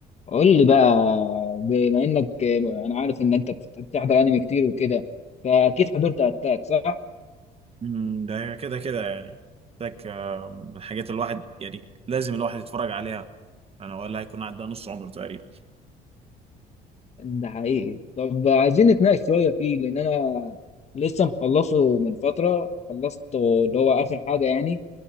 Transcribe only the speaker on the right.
مم، ده كده كده يعني محتاج آه، من الحاجات الواحد يعني لازم الواحد يتفرج عليها انا ولا هيكون عدى نص عمره تقريبا